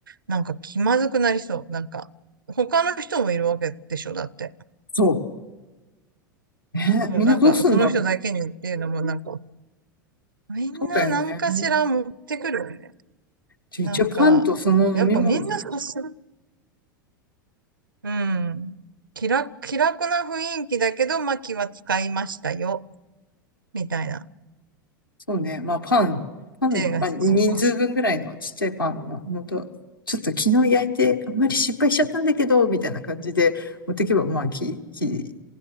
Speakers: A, on the right (about 75°); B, on the left (about 80°).
A: なんか気まずくなりそう。なんか、他の人もいるわけでしょ、だって。
B: そう。ね、
A: そうなんか、
B: みんなどうすんだろう。
A: その人だけにっていうのも、なんか、みんな何かしら持ってくるよね。
B: そうだよね。じゃあ一応パンとその飲み物。
A: なんか、やっぱみんなそうする。うん。気楽、気楽な雰囲気だけど、まあ気は使いましたよ。みたいな。
B: そうね。まあパン、パン、
A: 手がしそう。
B: まあ人数分ぐらいのちっちゃいパンの、のとちょっと昨日焼いてあんまり失敗しちゃったんだけど、みたいな感じで持ってけば、まあ気、気、